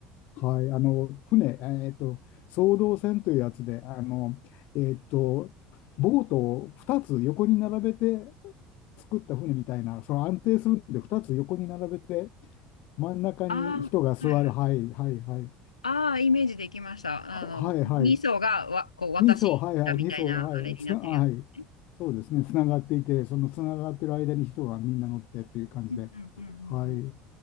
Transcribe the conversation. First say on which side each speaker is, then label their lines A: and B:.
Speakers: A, on the left; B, on the left.
A: はい、あの、船、えっと、双胴船というやつで、あの、えっと、ボートを2つ横に並べて作った船みたいな、その安定するんで2つ横に並べて、真ん中に人が座る、
B: ああー、はいはい。
A: はい、はい、はい、
B: ああ、イメージできました。
A: は、
B: あの、
A: はい、
B: 二層がわ、
A: はい、
B: こう、私だみたいな、
A: 2層はい、はい、2層はい、
B: あれになってるやつね。
A: つな、はい、そうですね、つながっていて、そのつながってる間に人がみんな乗ってという感じで、
B: うんうんうんうんうん。
A: はい。